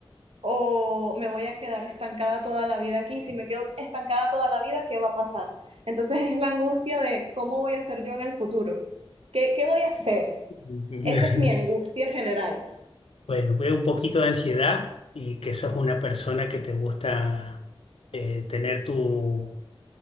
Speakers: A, on the right; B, on the left.
A: o me voy a quedar estancada toda la vida aquí. Si me quedo estancada toda la vida, ¿qué va a pasar? Entonces es la angustia de cómo voy a ser yo en el futuro. ¿Qué, qué voy a hacer?
B: <laughs>
A: Esa es mi angustia general.
B: Bueno, veo un poquito de ansiedad y que sos una persona que te gusta eh, tener tu-